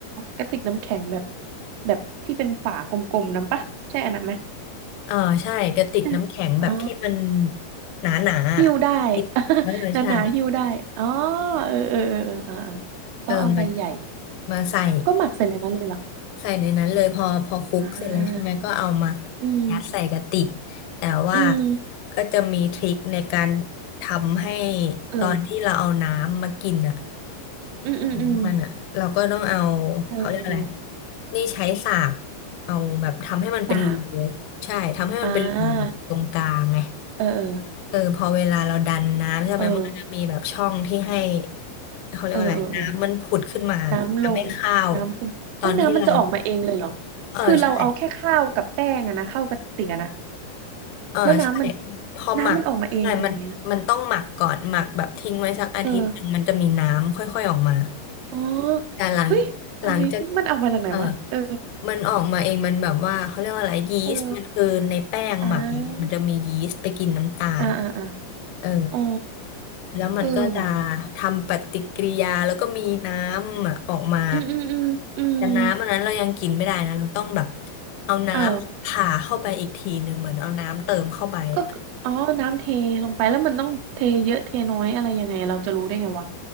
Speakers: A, on the right; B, on the left.
A: กระติกน้ำแข็งแบบแบบที่เป็นฝากลมๆนั้นปะ ใช่อันนั้นไหม
B: เออใช่กระติกน้ำแข็งแบบที่มัน
A: ใช่อ๋อ
B: หนาๆอะคิดเออใช่
A: หิ้วได้ <laughs> หนาๆหิ้วได้อ๋อเออเออเออเอออ่าอ่า
B: เออมา
A: ต้องเอาใบใหญ่
B: มาใส่
A: ก็หมักใส่ในนั้นเลยเหรอ
B: ใส่ในนั้นเลยพอพอคลุกเสร็จแล้วใช่ไหมก็เอามา
A: อ่าอืม
B: ยัดใส่กะติกแต่ว่า
A: อืม
B: ก็จะมีทริคในการทำให้
A: เออ
B: ตอนที่เราเอาน้ำมากินอ่ะ
A: อืมอืมอืม
B: น้ำมันอ่ะเราก็ต้องเอา
A: เออ
B: เขาเรียกอะไรนี่ใช้สากเอาแบบทำให้มันเป็นรู
A: สาก
B: ใช่ทำให้มันเป็นรูตรงกลางไง
A: อ่าเออเออ
B: เออพอเวลาเราดันน้ำใช่ไหมมันก็จะมีแบบช่องที่ให้
A: เออ
B: เขาเรียกว่าอะไรน้ำมันผุดขึ้นมาทำให้ข้าว
A: เออเออน้ำลงน้ำขึ้นเฮ้ยน้ำมันจะออกมาเองเลยเหรอ
B: ตอนที่เรา เออใช่
A: คือเราเอาแค่ข้าวกับแป้งอะนะเข้ากระติกอะนะ
B: เออใช่
A: แล้วน้ำมัน
B: พอหมักใช่มันมันต้องหมักก่อนหมักแบบทิ้งไว้สักอาทิตย์หนึ่งมันจะมีน้ำค่อยๆออกมา
A: น้ำมันออกมาเองอะไรเงี้ยเอออ๋อ
B: แต่หลัง
A: เฮ้ย
B: หลังจาก
A: Amazing มันเอามาจากไหนวะเออ
B: เออมันออกมาเองมันแบบว่าเขาเรียกว่าอะไรยีสต์มันคือในแป้งหมักเนี่ยมันจะมียีสต์ไปกินน้ำตาล
A: เอออ่าอ่าอ่าอ่า
B: เออ
A: อ๋อ
B: แล้วมันก็จะ
A: เออว่ะ
B: ทำปฏิกิริยาแล้วก็มีน้ำอะออกมา
A: อืมอืมอืมอืม
B: แต่น้ำอันนั้นเรายังกินไม่ได้นะเราต้องแบบเอาน้ำผ่าเข้าไปอีกทีหนึ่งเหมือนเอาน้ำเติมเข้าไปอ่ะ
A: อ๋อ ก็คืออ๋อน้ำเทลงไปแล้วมันต้องเทเยอะเทน้อยอะไรยังไงเราจะรู้ได้ไงวะ